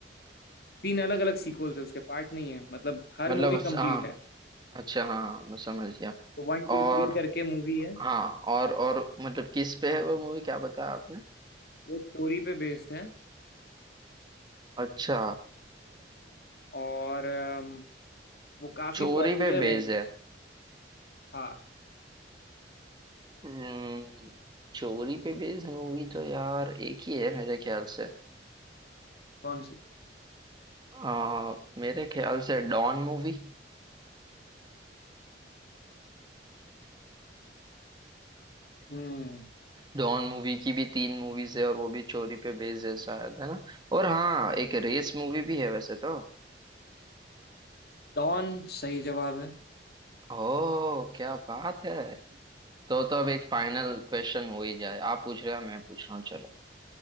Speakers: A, on the left; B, on the right.
A: तीन अलग अलग सीक्वल्स है उसके पार्ट नहीं है मतलब हर
B: मतलब
A: मूवी कंप्लीट
B: हाँ
A: है
B: अच्छा हाँ हाँ मैं समझ गया
A: तो वन टू
B: और
A: थ्री करके मूवी है
B: हाँ और और मतलब किस पे है वो मूवी क्या बताया आपने
A: वो चोरी पे बेस्ड है
B: अच्छा
A: और अम, वो काफी
B: चोरी
A: पॉपुलर
B: पे बेस्ड
A: है इंडिया
B: है
A: में हाँ
B: हम्म, चोरी पे बेस्ड मूवी तो यार एक ही है मेरे ख्याल से
A: कौन सी
B: आ, मेरे ख्याल से डॉन मूवी
A: हम्म
B: डॉन मूवी की भी तीन मूवीज है और वो भी चोरी पे बेस्ड है शायद है ना और हाँ एक रेस मूवी भी है वैसे तो
A: डॉन सही जवाब है
B: ओ क्या बात है तो तो अब एक फाइनल क्वेश्चन हो ही जाए आप पूछ रहे हैं मैं पूछ रहा हूँ चलो